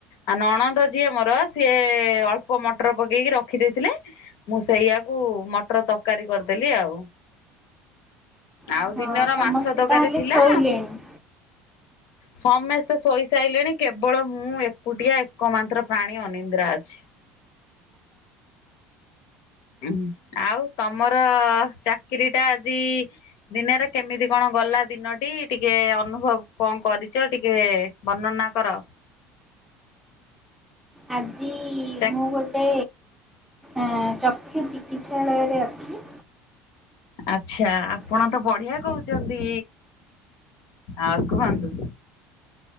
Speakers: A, on the left; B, in the centre.
A: ଆଉ ନଣନ୍ଦ ଯିଏ ମୋର ସିଏ ଅଳ୍ପ ମଟର ପକେଇକି ରଖି ଦେଇେଇଥିଲେ ମୁଁ ସେଇଆକୁ ମଟର ତରକାରୀ କରିଦେଲି ଆଉ ଆଉ
B: ଓହୋ
A: ଦିନର
B: ସମସ୍ତେ
A: ମାଛ ତରକାରୀ
B: ତାହେଲେ
A: ଥିଲା
B: ଶୋଇଲେଣି
A: ସମସ୍ତେ ଶୋଇସାରିଲେଣି କେବଳ ମୁଁ ଏକୁଟିଆ ଏକ ମାତ୍ର ପ୍ରାଣୀ ଅନିନ୍ଦ୍ରା ଅଛି ଉ ଆଉ ତମର ଚାକିରିୀ ଟା ଆଜି ଦିନରେ କେମିତି କଣ ଗଲା ଦିନଟି ଟିକେ ଅନୁଭବ କଣ କରିଛ ଟିକେ ବର୍ଣ୍ଣନା କର
B: ଆଜି
A: ଚା
B: ମୁଁ ଗୋଟେ ଆ ଚକ୍ଷୁ ଚିକିତ୍ସାଳୟରେ ଅଛି
A: ଆଛା ଆପଣ
B: ସେ
A: ତ ବଢିଆ କହୁଛନ୍ତି ଆ କୁହନ୍ତୁ